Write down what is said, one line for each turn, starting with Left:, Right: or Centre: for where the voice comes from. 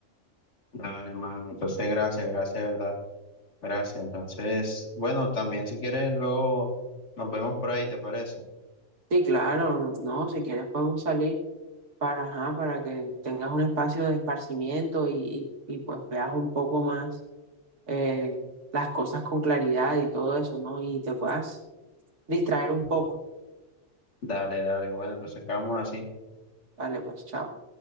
Left: Dale, hermano. Entonces, gracias, gracias, de verdad. Gracias. Entonces, bueno, también si quieres, luego nos vemos por ahí, ¿te parece?
Right: Sí, claro, no, si quieres podemos salir para, ajá, para que tengas un espacio de esparcimiento y, y y, pues veas un poco más eh, las cosas con claridad y todo eso, ¿no? Y te puedas distraer un poco.
Left: Dale, dale. Bueno, entonces quedamos así.
Right: Vale, pues, chao.